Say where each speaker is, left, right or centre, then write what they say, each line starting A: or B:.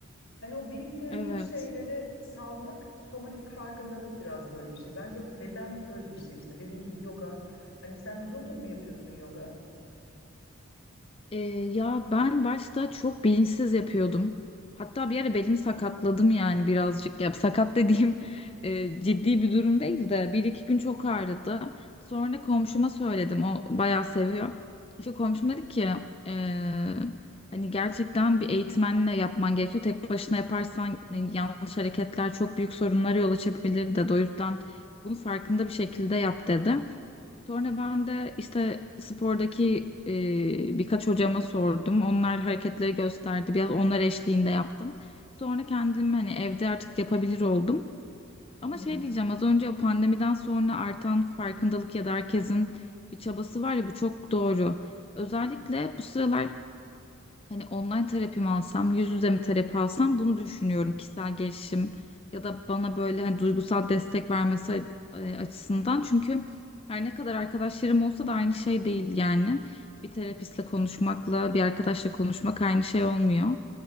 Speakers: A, on the left; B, on the left.
A: Hani o biriktirdiğin
B: evet.
A: şeyleri salmak, somatik farkındalık biraz böyle bir şey. Bence beden öyle bir şey işte. Dediğin gibi yoga. Hani sen uzundur mu yapıyorsun yoga?
B: Ee, ya ben başta çok bilinçsiz yapıyordum. Hatta bir ara belimi sakatladım yani birazcık. Ya sakat dediğim <laughs> e, ciddi bir durum değil de bir iki gün çok ağrıdı. Sonra komşuma söyledim. O bayağı seviyor. İşte komşum dedi ki e, hani gerçekten bir eğitmenle yapman gerekiyor. Tek başına yaparsan e, yanlış hareketler çok büyük sorunlara yol açabilir dedi. O yüzden bunu farkında bir şekilde yap dedi. Sonra ben de işte spordaki e, birkaç hocama sordum. Onlar hareketleri gösterdi. Biraz onlar eşliğinde yaptım. Sonra kendim hani evde artık yapabilir oldum. Ama
A: Hı hı.
B: şey diyeceğim az önce o pandemiden sonra artan farkındalık ya da herkesin bir çabası var ya bu çok doğru. Özellikle bu sıralar Hani online terapi mi alsam, yüz yüze mi terapi alsam bunu düşünüyorum kişisel gelişim ya da bana böyle hani duygusal destek vermesi e, açısından. Çünkü her ne kadar arkadaşlarım olsa da aynı şey değil yani. Bir terapistle konuşmakla bir arkadaşla konuşmak aynı şey olmuyor.